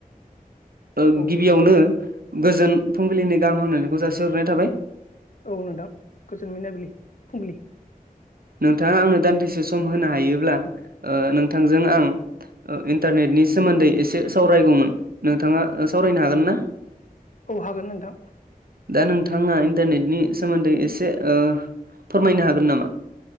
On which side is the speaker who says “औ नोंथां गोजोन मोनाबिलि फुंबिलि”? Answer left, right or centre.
Left